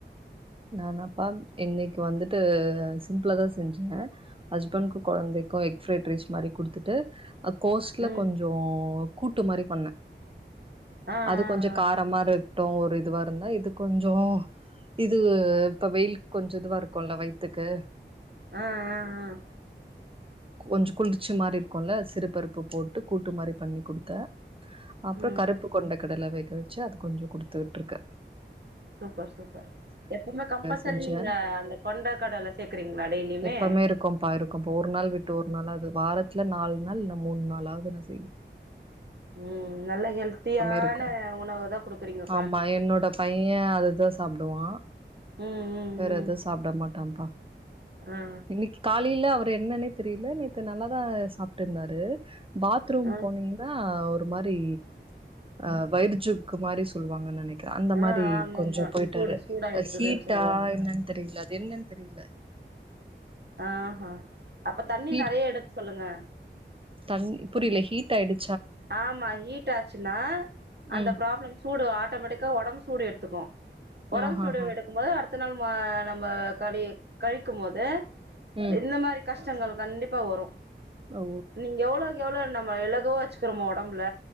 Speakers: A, on the right; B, on the right.
A: நான பா இன்னைக்கு வந்துட்டு சிம்பளாதா செஞ்ச ஹஸ்பண்டுக்கொ கொழந்தைக்கு எக் ஃப்ரைட் ரைஸ் மாரி கூடுதுட்டு கோஸ்ட் ல
B: ம்
A: கொஞ்சோ கூட்டு மாரி பண்ண
B: ஆ ஆ
A: அது
B: ஆ
A: கொஞ்சோ காரமா இரு டோ ஒரு இதுவா இருந்தா இது கொஞ்சோ இது இப்ப வெயில்க் கொஞ்சோ இதுவா இருக்கொல்ல வயித்துக்கு
B: ஆஹ் ஆஹ் ஆஹ
A: கொஞ்சோ குளிர்ச்சு மாரி இருக்கொல சிறுபருப்பு போட்டு கூட்டு மாரி பண்ணி கூடுத்த அப்றோ
B: ம்
A: கருப்பு கொண்டை கடலை வை க வச்ச அது கொஞ்சோ கொடுத் தொட்ருக்க
B: சூப்பர் சூப்பர் எப்பவுமே கம்பல்சரி
A: செஞ்சு
B: நீங்க அ அந்த கொண்ட கடல சேர்க்கறீங்களா டெய்லியுமே
A: எப்பமே இருக்கும்ப்பா இருக்கும்ப்பா ஒரு நாள் விட்டு ஒரு நாளாவது வாரத்தல நாலு நாள் நம்மோ நாளாவது நாள் செய்வ
B: உம் நல்ல ஹெல்த்தியான
A: இருக்கு
B: உணவு தா குடுக்குறீங்கோ
A: ஆமா என்னோட பைய அததா சாப்டுவா
B: ம்
A: வேற
B: ம்
A: எத சாப்ட மாட்டாபா
B: ம் ஆ
A: இன்னைக்கு காலில அவர் என்னனே தெரியல நேக நல்லாதா சாப்டு இருந்தாரு பாத்ரூம்
B: ஆ ஆ
A: போனீங்ளா ஒரு ஒம் மாறி அ வைஜுக்கு மாறி சு சொல்லுவாங்க நனேக் க அந்த
B: ஆ
A: மாறி
B: ஆ ஆமாமா
A: கொஞ்சோ போயிட்டாரு
B: சூடு சூடாயிட்டுக்குதுன்னு
A: அ ஹீட்டா
B: சொல்லுவாங்க
A: என்னன்னு தெரியல அது என்னன்னு தெரியல
B: ஆஹா அப்ப தண்ணி
A: ஹீட்
B: நெறைய எடுக் சொல்லுங்க
A: தண்ணி புரிலே ஹீட் ஆயிடு
B: ஆமா ஹீட் ஆச்சின்னா அந்த
A: ம்
B: ப்ராப்ளம் சூடு ஆட்டோமேட்டிக்கா ஒடம்பு சூடு எடுத்துக்கு ஒடம்பு
A: ஆஹாஹா
B: சூடு எடுக்கு போது அடுத் த்து நாள் நம்மோ நம்ம கழி கழிக்கும் போது
A: ம்
B: இந்த மாறி கஷ்டங்கள் கண்டிப்பா வரு
A: ஓ
B: நீங்க எவ்ளோவுக்கு எவ்ளோ நம் வ எலகுவாச் க்கிறோ நம்ம ஒடம்புல